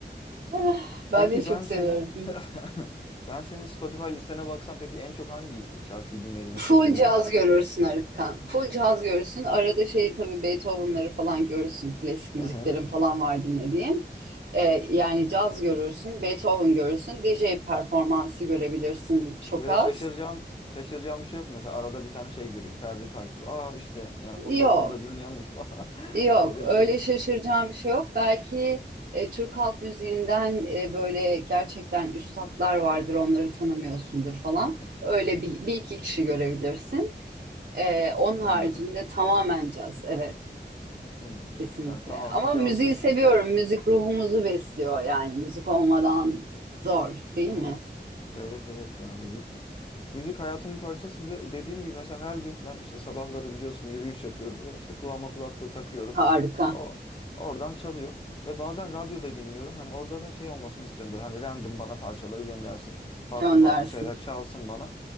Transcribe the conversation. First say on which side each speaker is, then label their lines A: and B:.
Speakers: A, on the right; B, on the left.
A: <laughs> Ben
B: Peki
A: de çok
B: ben senin
A: seviyorum.
B: <laughs> ben senin Spotify listene baksam peki en çok hangi şarkıyı dinlediğine
A: Full
B: şaşırırım.
A: caz görürsün Arıkan. Full caz görürsün. Arada şey tabii Beethoven'ları falan görürsün. Klasik müziklerin
B: Hı hı.
A: falan var dinlediğim. Ee, yani caz görürsün, Beethoven görürsün, DJ performansı görebilirsin çok
B: Böyle
A: az.
B: şaşıracağım şaşıracağım bir şey yok mu? Mesela arada bir tane şey göreyim. Ferdi Tayfur. Aa işte yani Funda
A: Yok,
B: bunu da dinliyormuş falan.
A: yok.
B: <laughs> Öyle
A: Öyle
B: bir şey.
A: şaşıracağım bir şey yok. Belki e, Türk halk müziğinden e, böyle gerçekten üstatlar vardır, onları tanımıyorsundur falan.
B: Hı hı.
A: Öyle bir, bir iki kişi görebilirsin. Ee, onun haricinde
B: Anladım.
A: tamamen caz, evet.
B: Hı hı.
A: Kesinlikle.
B: Sen tamamen
A: Ama
B: cazcısın.
A: müziği seviyorum. Müzik ruhumuzu besliyor. Yani müzik olmadan zor, değil mi?
B: Evet. Evet evet ya müzik. Müzik hayatımın parçası ve dediğim gibi mesela her gün ben işte sabahları biliyorsun yürüyüş yapıyorum ve işte kulağıma kulaklığı takıyorum.
A: Harika.
B: O oradan çalıyor ve bazen radyoda dinliyorum. Hani orada da şey olmasını istiyorum böyle hani random bana parçaları göndersin. Farklı
A: Göndersin.
B: farklı şeyler çalsın bana.